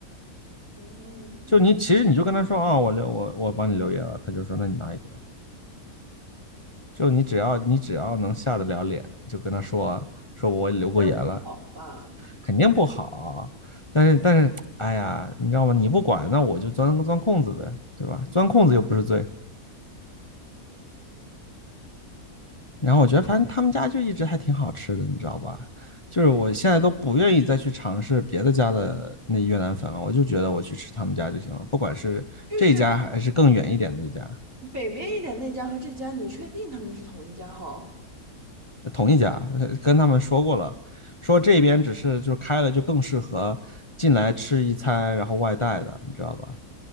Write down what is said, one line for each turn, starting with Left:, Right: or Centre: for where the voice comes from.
Right: 哦，嗯
Left: 就你其实你就跟他说啊，哦我留我我帮你留言了，他就说那你拿一个吧。就你只要你只要能下得了脸，就跟他说说我留过言了，
Right: 这样不好吧？
Left: 肯定不好。但是但是，哎呀，你知道吗？你不管，那我就钻钻空子呗，对吧？钻空子又不是罪。然后我觉得反正他们家就一直还挺好吃的，你知道吧？就是我现在都不愿意再去尝试别的家的那越南粉了，我就觉得我去吃他们家就行了，不管是这一家还是更远一点的一家。
Right: 就是北边一点那家和这家，你确定他们是同一家哈？
Left: 同一家，呃跟他们说过了，说这边只是就是开了就更适合进来吃一餐，然后外带的，你知道吧？